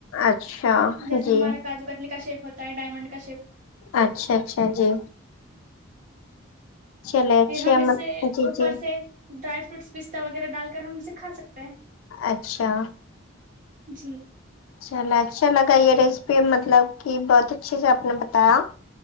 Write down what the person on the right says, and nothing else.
جیسے
ہمارا کاجو کتلی کا شیپ ہوتا ہے ڈائمنڈ کا شیپ
پھر ہم اسے
اوپر
سے ڈرائی فروٹس پستتہ وغیرہ ڈال کر ہم اسے کھا سکتے ہیں
جی